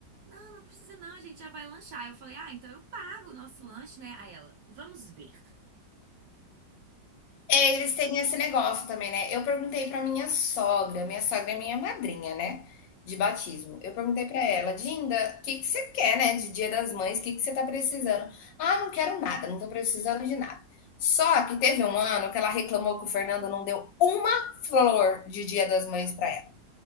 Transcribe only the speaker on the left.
É, eles têm esse negócio também, né. Eu perguntei para minha sogra, minha sogra é minha madrinha, né, de
batismo. Eu perguntei para ela: "Dinda, o que que você quer, né, de Dia das Mães, o que que você tá precisando?". "Ah, não quero nada, não tô precisando de nada". Só que teve um ano que ela reclamou que o Fernando não deu uma flor de Dia das Mães para ela.